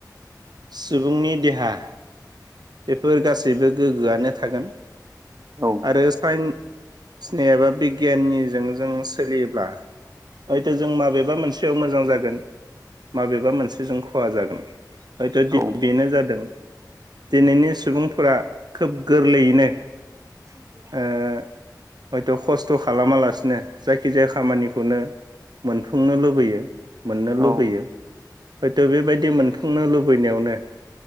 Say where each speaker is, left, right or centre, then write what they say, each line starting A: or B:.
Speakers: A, on the right; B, on the right.
A: सुबुंनि देहा बेफोर गासैबो गोग्गोआनो थागोन।
B: औ
A: आरो साइन्सनि एबा बिगियाननिजों जों सोलियोब्ला हयथ' जों माबेबा मोनसेयाव मोजां जागोन माबेबा मोनसेजों खहा जागोन। हयथ'
B: औ
A: बेनो जादों दिनैनि सुबुंफोरा खोब गोरलैयैनो
B: <unintelligible>
A: ओ हयथ' खस्थ' खालामालासिनो जायखिजाया खामानिखौनो मोनफुंनो लुबैयो मोननो लुबैयो
B: औ
A: हयथ' बेबायदि मोनफुं लुबैनायावनो